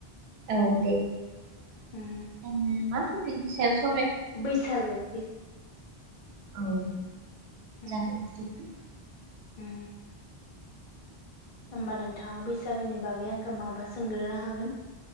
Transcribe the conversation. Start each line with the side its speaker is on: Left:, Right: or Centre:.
Right: औ दे जोङो
Left: उम
Right: मा थ पिकनिक सा
Left: बैसागु बैसागो
Right: औ
Left: उम
Right: जागोन बिदिब्ला
Left: उम। होमबा नोंथाङा बैसागोनि बागै आंखो माबा सोंग्रोनो हागोन?